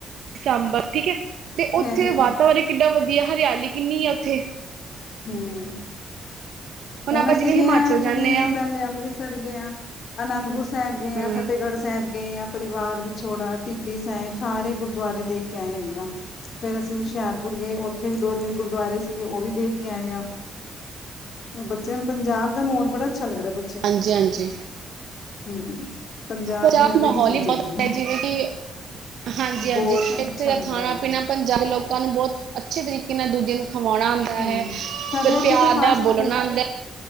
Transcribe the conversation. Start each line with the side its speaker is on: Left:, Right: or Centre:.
Right: ਸਾਂਬਰ ਠੀਕ ਐ ਤੇ ਓਥੇ
Left: ਇਹੀ
Right: ਦਾ
Left: ਹੈਗਾ
Right: ਵਾਤਾਵਰਨ ਕਿਡਾ ਵਧੀਆਂ ਐ ਹਰਿਆਲੀ ਕਿੰਨੀ ਆ ਉੱਥੇ।
Left: ਹਮ ਹੁਣ
Right: ਆਪਾਂ
Left: ਅਸੀਂ
Right: ਜਿਵੇਂ
Left: ਗਏ
Right: ਹਿਮਾਚਲ
Left: ਹਾਂ ਇੱਥੋਂ
Right: ਜਾਂਦੇ
Left: ਦੀ
Right: ਹਾਂ
Left: ਪੈਲੇ ਅੰਮ੍ਰਿਤ ਸਰ ਗਿਆਂ, ਅਨੰਦਪੁਰ ਸੈਬ ਗਿਆਂ,
Right: ਹੂੰ
Left: ਫਤਿਹਗੜ੍ਹ ਸੈਬ ਗਏ ਆ, ਪਰਿਵਾਰ ਵਿਛੋੜਾ ਟਿੱਬੀ ਸਾਇਬ, ਸਾਰੇ ਗੁਰਦੁਆਰੇ ਦੇਖ ਕੇ ਆਏ ਹੈਗੇ ਆ। ਫੇਰ ਅਸੀਂ ਹੁਸ਼ਿਆਰਪੁਰ ਗਏ ਓਥੇ ਵੀ ਦੋ-ਤਿੰਨ ਗੁਰਦੁਆਰੇ ਸੀਗੇ ਓ ਵੀ ਵੇ ਆ ਬੱਚਿਆਂ ਨੂੰ ਪੰਜਾਬ ਦਾ ਮਾਹੋਲ ਬੜਾ ਅੱਛਾ ਲੱਗਦਾ ਬ
Right: ਹਾਂਜੀ-ਹਾਂਜੀ।
Left: ਹਮ
Right: ਪੰਜਾਬ
Left: ਦੀ ਅਲੱਗ
Right: ਮਾਹੌਲ
Left: ਚੀਜ਼
Right: ਹੀ ਬੜਾ
Left: ਹੈਗੀ
Right: ਵਧੀਆ ਏ ਜਿਵੇਂ ਕਿ ਹਾਂਜੀ-ਹਾਂਜੀ
Left: ਬਹੁਤ
Right: ਏਥੇ
Left: ਅੱਛਾ
Right: ਦਾ
Left: ਲੱਗਦਾ
Right: ਖਾਣਾ-ਪੀਣਾ
Left: ਹੈਗਾ
Right: ਪੰਜਾਬ ਦੇ ਲੋਕਾਂ ਨੂੰ ਬੋਹੋਤ ਅੱਛੇ ਤਰੀਕੇ ਨਾਲ ਦੂਜੇ ਨੂੰ ਖਵਾਣਾ ਆਂ ਆਂਦਾ
Left: ਹਮ
Right: ਹੈ,
Left: ਸਾਡੇ
Right: ਤੇ
Left: ਇੱਥੇ
Right: ਪਿਆਰ
Left: ਫਾਸਟ
Right: ਨਾਲ ਬੋਲਣਾ ਆਂਦਾ